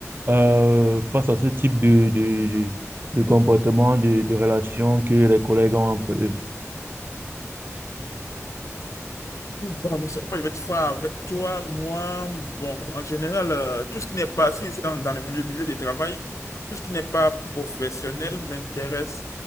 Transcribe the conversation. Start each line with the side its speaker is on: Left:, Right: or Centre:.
Right: euh, face à ce type de, de, de, de comportement, de, de relation que les collègues ont entre eux?
Left: Bon, monsieur, moi, je vais être franc avec toi. Moi, bon, en général, euh, tout ce qui n'est pas, si je suis dans, dans le milieu, milieu du travail, tout ce qui n'est pas professionnel m'intéresse,